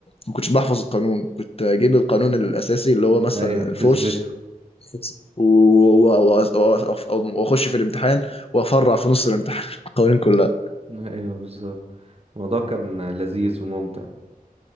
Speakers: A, on the left (about 40°); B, on the right (about 40°).
A: ما كنتش بحفظ القانون كنت أجيب القانون الأساسي اللي هو مثلا
B: ايوه
A: الفورس
B: بتثبته
A: و- و- و- وأخش في الامتحان وأفرع في نص الامتحان <laughs> القوانين كلها
B: ايوه بالظبط الموضوع كان لذيذ وممتع